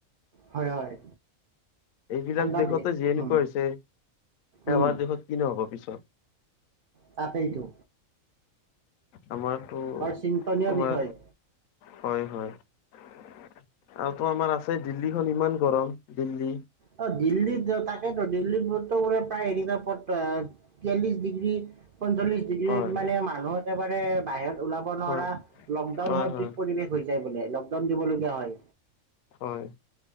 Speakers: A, on the right; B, on the left.
A: হয়, হয়,
B: এইবিলাক
A: ঠাণ্ডা
B: দেখতে
A: দেশ
B: জীয়ায়ো
A: উম,
B: কৰিছে। আমাৰ
A: উম,
B: দেশত কি নহ'ব পিছত।
A: তাকেইটো।
B: আমাৰতো,
A: চিন্তনীয়
B: তোমাৰ
A: বিষয়।
B: হয়, হয়। আৰু তো আমাৰ আছেই দিল্লীখন ইমান গৰম। দিল্লী
A: অ দিল্লীত ত-তাকেতো দিল্লীত বৰ্তমানে প্ৰায় <unintelligible> তিয়াল্লিশ ডিগ্ৰী পঞ্চল্লিশ ডিগ্ৰীত
B: হয়
A: মানে মানুহ একেবাৰে বাহিৱত ওলাব নোৱাৰা
B: হয়
A: লকডাউন
B: হয়
A: সদৃশ
B: হয়
A: পৰিৱেশ হৈ যায় বোলে। লকডাউন দিবলগীয়া হয়।
B: হয়।